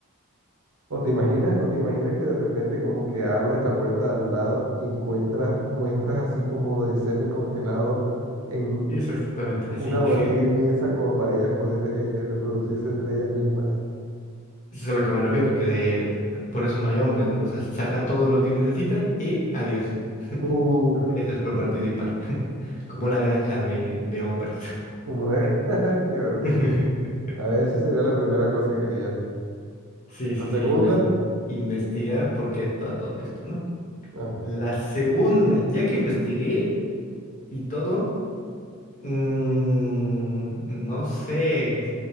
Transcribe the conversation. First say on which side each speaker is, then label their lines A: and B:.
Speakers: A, on the right; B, on the left.
A: O te imaginas, o te imaginas que de repente como que abres la puerta de al lado y encuentras muestras así como de semen congelado en
B: Sí, es exactamente así.
A: una bodega
B: <laughs>
A: inmensa como para ellas poder eh, reproducirse entre ellas mismas.
B: Eso es a lo que me refiero, que de- por eso no hay hombres, ¿no? O sea, sacan todo lo que necesitan y adiós. <laughs>
A: Uf,
B: Gracias por participar. <laughs> Como una granja de, de hombres.
A: como una... <laughs> Qué horrible.
B: <laughs>
A: A esa sería la primera cosa que harías.
B: Sí, sí,
A: La segunda,
B: sí, inves- investigar por qué está todo esto, ¿no?
A: ajá.
B: La segunda, ya que investigué y todo, mm, no sé,